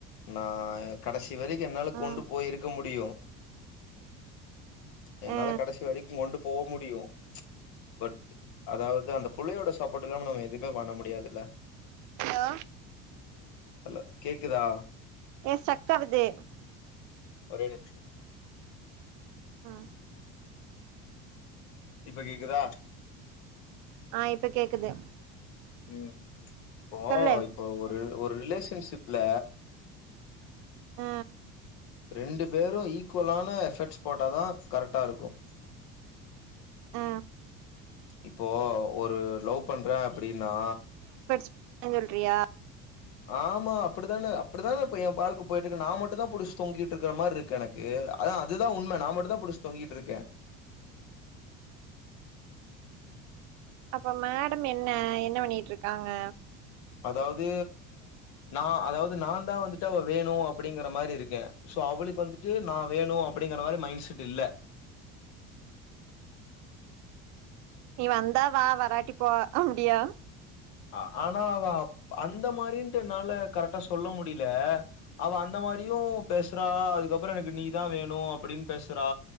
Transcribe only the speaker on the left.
நா எ கடசி சிவலிக்கும் என்னால
கொண்டு போய் இருக்க முடியும் என்னால
கடைசி வரைக்கு கொண்டு போ முடியு பட் அதாவது அந்த புள்ளையோட சாப்போட் இல்லாம நம்ம எதுமே பண்ண முடியாதுல்ல
ஹலோ கேக்குதா
ஒரே நிம்ஷோ
இப்ப கேக்குதா
ம் அப்போ
இப்ப ஒரு ஒரு ரிலேஷன்ஷிப் குள்ள
ரெண்டு பேரும் ஈக்குவலான எஃபர்ட்ஸ் போட்டாதா கரெட்டா இருக்கும்
இப்போ ஒரு லவ் பண்றேன் அப்டின்னா
ஆமா அப்டிதானே அப்டிதான இப்ப என் வாழ்க்க போயிட்ருக்கு நா மட்டு தா புடிச்சு தொங்கிட்ருக்குற மாரி இருக்கு எனக்கு அதான் அதுதா உண்ம நா மட்டு தா புடிச்சு தொங்கிட்ருக்கே
அதாவது நா அதாவது நா தா வந்துட்டு அவ வேணு அப்டிங்கிற மாரி இருக்கே சோ அவளுக்கு வந்துட்டு நா வேணும் அப்படிங்கிற மாரி மைண்ட் செட் இல்ல
ஆ ஆனா அவ அந்த மாரின்ட்டு என்னால கரெக்டா சொல்ல முடில அவ அந்த மாரியும் பேசுறா அதுக்கப்பறோ எனக்கு நீதா வேணு அப்டின்னு பேசுறா